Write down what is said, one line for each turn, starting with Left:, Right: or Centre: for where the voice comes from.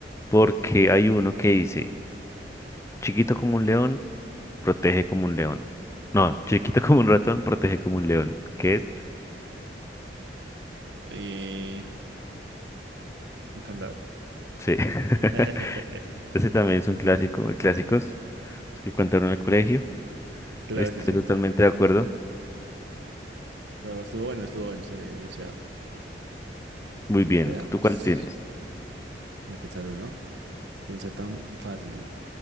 Left: Porque hay uno que dice, chiquito como un león, protege como un león. No, chiquito como un ratón, protege como un león. ¿Qué es?
Right: Eh, ¿un candado?
Left: Sí. <laughs>
Right: <laughs>
Left: Ese también es un clásico, de clásicos los que contaron en el colegio.
Right: Claro
Left: Estoy
Right: que sí.
Left: totalmente de acuerdo.
Right: Pero estuvo bueno, estuvo bueno ese enunciado.
Left: Muy bien.
Right: Veamos.
Left: ¿Tú cuál tienes?
Right: Voy a pensar uno que no sea tan fácil.